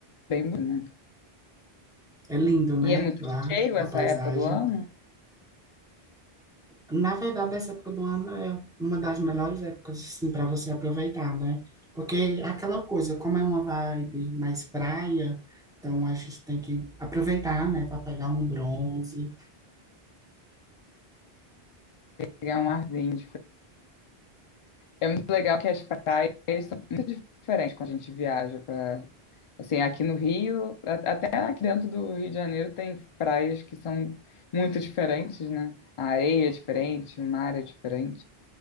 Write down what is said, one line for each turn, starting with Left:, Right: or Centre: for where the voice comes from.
Left: bem bonito. né?
Centre: É lindo, né?
Left: E é muito
Centre: Lá,
Left: cheio
Centre: a
Left: essa
Centre: paisagem.
Left: época do ano,
Centre: Na verdade, essa época do ano é uma das melhores épocas, assim, para você aproveitar, né? Porque é aquela coisa, como é uma vibe mais praia, então a gente tem que aproveitar, né, para pegar um bronze.
Left: pegar um arzinho. É muito legal que as praias são diferentes quando a gente viaja para assim, aqui no Rio, a- até aqui dentro do Rio de Janeiro tem praias que são muito diferentes, né? A areia é diferente, o mar é diferente.